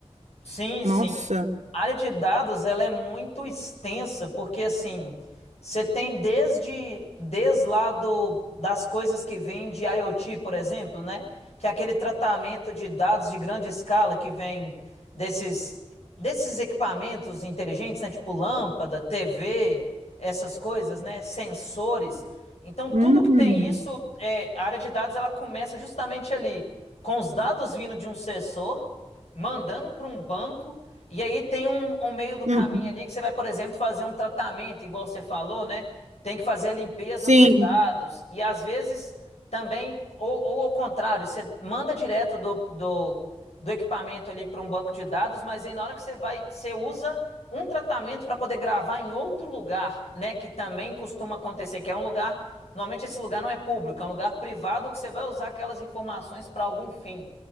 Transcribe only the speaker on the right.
nossa.
Uhum.
Uhum.
Sim,